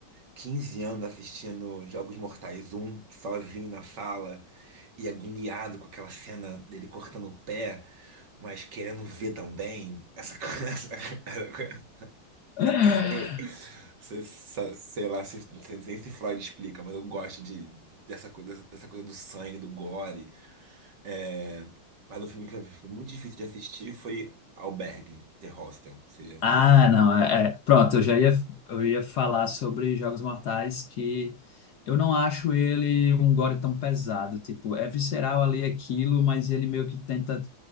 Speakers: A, on the right; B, on the left.
A: 15 anos assistindo Jogos Mortais um sozinho na sala, e agoniado com aquela cena dele cortando o pé, mas querendo ver também. Essa coisa, <laughs> essa coisa
B: <laughs>
A: meio. Sei, sa- sei lá se, se- nem se Freud explica, mas eu gosto de, dessa coisa, dessa coisa do sangue, do gore. É, mas o filme que pra mim foi muito difícil de assistir foi Albergue, The Hostel. Você já assistiu?
B: Ah, não, é, é, pronto, eu já ia, eu ia falar sobre Jogos Mortais que eu não acho ele um gore tão pesado, tipo, é visceral ali aquilo, mas ele meio que tenta